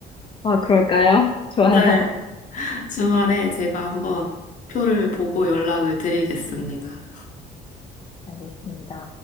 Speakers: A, on the left (about 30°); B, on the left (about 50°).
A: 아, 그럴까요?
B: <laughs>
A: <laughs> 좋아요.
B: 네. 주말에 제가 한번 표를 보고 연락을 드리겠습니다.
A: 알겠습니다.